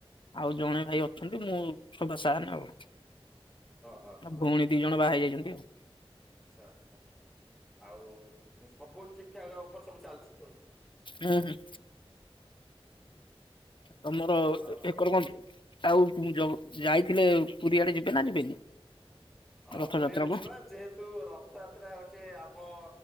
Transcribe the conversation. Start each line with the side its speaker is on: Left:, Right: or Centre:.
Left: ଆଉ ଜଣେ ଭାଇ ଅଛନ୍ତି ମୁଁ ସଭା ସାନ ଆଉ।
Centre: ହଁ ହଁ ହଁ
Left: ଆ
Centre: ଆଚ୍ଛା
Left: ଭଉଣୀ ଦି ଜଣ ବାହାର ହେଇ ଯାଇଛନ୍ତି ଆଉ।
Centre: ଆଚ୍ଛା ଆଛା ଆଉ ସବୁ ଠିକ ଠାକ ଉପରେ ସବୁ ଚାଲିଛି ସବୁ।
Left: ହୁଁ ହୁଁ। ତମର ଏ
Centre: ଆଉ
Left: କ କଣ କୁହନ୍ତୁ? ଆଉ ଯୋଉ ଯାଇଥିଲେ ପୁରୀଆଡେ ଯିବେ ନା ଯିବେନି?
Centre: ହଁ
Left: ରଥଯାତ୍ରା
Centre: ପୁରୀଆଡେ
Left: କୁ
Centre: ଯିବା ଯେହେତୁ ରଥଯାତ୍ରା ହଉଛି ଆମ